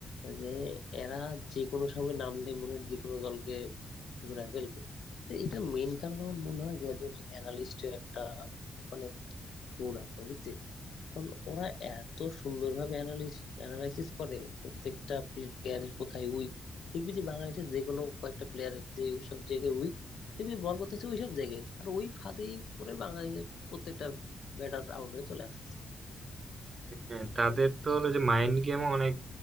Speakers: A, on the left; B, on the right.
A: যে এরা যে কোনো সময় নামলে মনে হয় যে কোনো দলকে ঘুরায় ফেলবে তো এটা মেইন কারণ আমার মনে হয় যে এদের অ্যানালিস্টের একটা অনেক গুণ আছে বুঝছিস কারণ ওরা এত সুন্দরভাবে অ্যানালিস অ্যানালাইসিস করে প্রত্যেকটা প্লেয়ারের কোথায় উইক দেখবি যে বাংলাদেশের যে কোনো কয়েকটা প্লেয়ারের যে সব জায়গায় উইক দেখবি বল করতেছে ওই সব জায়গায় আর ওই ফাঁদেই পড়ে বাংলাদেশের প্রত্যেকটা ব্যাটার আউট হয়ে চলে আসছে
B: হ্যাঁ, তাদের তো হলো যে মাইন্ড গেমও অনেক